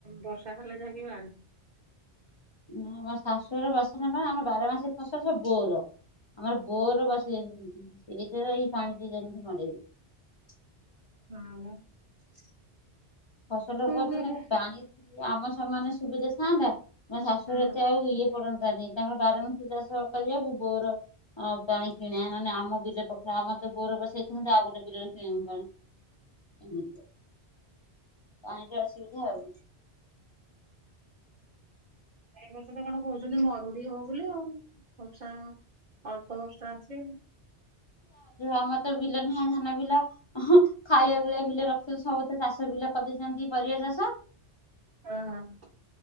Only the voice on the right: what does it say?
ବର୍ଷା ହେଲେ ଜଗିବନି।
<unintelligible>
କଣ
କରିବା?
ହୁଁ।
ଏ ବର୍ଷତ କଣ କହୁଛନ୍ତି ମରୁଡି ହବ ବୋଲି ଆଉ ବର୍ଷା <unintelligible> ବର୍ଷ ଅଛି।
ହଁ ହଁ